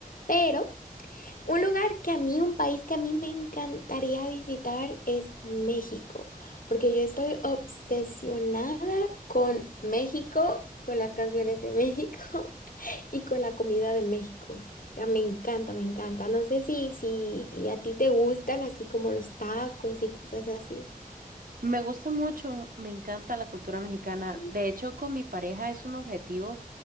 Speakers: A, on the left; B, on the right.
A: Pero... Un lugar que a mí, un país que a mí me encantaría visitar es México, porque yo estoy obsesionada con México, con las canciones de México <laughs> y con la comida de México. O sea, me encanta, me encanta. No sé si, si a ti te gustan así como los tacos y cosas así.
B: Me gusta mucho, me encanta la cultura mexicana.
A: Sí,
B: De hecho, con mi pareja es un objetivo